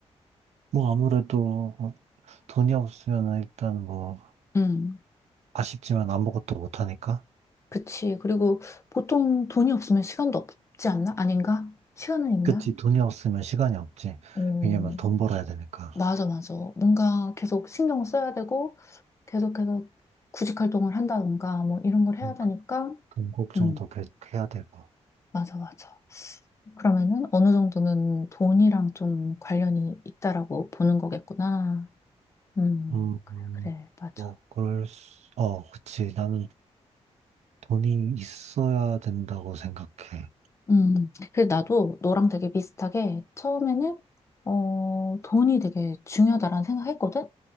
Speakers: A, on the right; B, on the left.
A: 뭐, 아무래도, 뭐 돈이 없으면 일단 뭐,
B: 음,
A: 아쉽지만 아무것도 못하니까.
B: 그치. 그리고 보통 돈이 없으면 시간도 없지 않나? 아닌가? 시간은 있나?
A: 그치, 돈이 없으면 시간이 없지.
B: 어,
A: 왜냐면 돈 벌어야 되니까.
B: 맞아, 맞아. 뭔가 계속 신경을 써야 되고, 계속해서 구직 활동을 한다든가 뭐 이런 걸 해야
A: 그러니까
B: 되니까
A: 돈 걱정도
B: 음
A: 계속 해야 되고.
B: 맞아 맞아 그러면은 어느 정도는 돈이랑 좀 관련이 있다라고 보는 거겠구나 음
A: 음,
B: 그래
A: 음,
B: 그래 맞아
A: 뭐, 그럴 수, 어, 그치. 나는 돈이 있어야 된다고 생각해.
B: 음 그래 나도 너랑 되게 비슷하게 처음에는 어 돈이 되게 중요하다라는 생각했거든